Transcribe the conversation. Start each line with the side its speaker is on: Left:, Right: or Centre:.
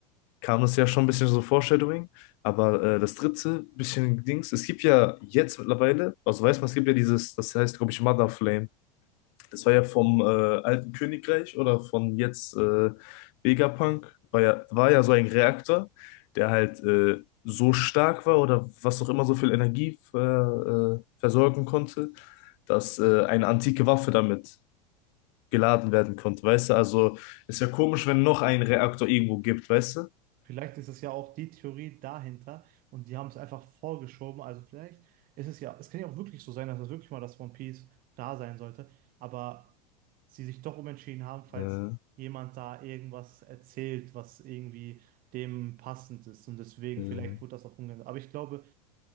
Left: kam es ja schon ein bisschen so Foreshadowing. Aber äh, das dritte bisschen Dings, es gibt ja jetzt mittlerweile, also weiß man, es gibt ja dieses, das heißt, glaube ich, Mother Flame. Das war ja vom äh, alten Königreich oder von jetzt äh, Vegapunk. War ja, war ja so ein Reaktor, der halt äh, so stark war oder was auch immer so viel Energie ver, äh, versorgen konnte, dass äh, eine antike Waffe damit geladen werden konnte. Weißt du, also ist ja komisch, wenn noch ein Reaktor irgendwo gibt, weißt
Right: Vielleicht ist es ja auch die Theorie dahinter und die haben es einfach vorgeschoben. Also vielleicht ist es ja, es kann ja auch wirklich so sein, dass es wirklich mal das One Piece da sein sollte, aber sie sich doch umentschieden haben, falls
Left: du?
Right: jemand da irgendwas erzählt, was irgendwie dem passend ist. Und deswegen,
Left: Äh,
Right: vielleicht
Left: äh,
Right: wurde das auch umgeändert. Aber ich glaube,